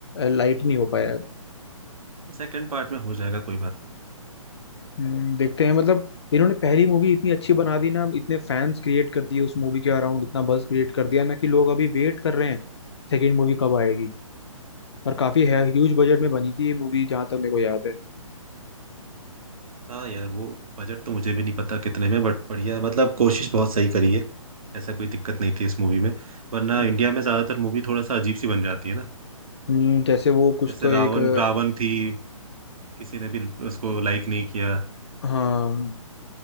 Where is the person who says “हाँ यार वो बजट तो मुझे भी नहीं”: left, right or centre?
Right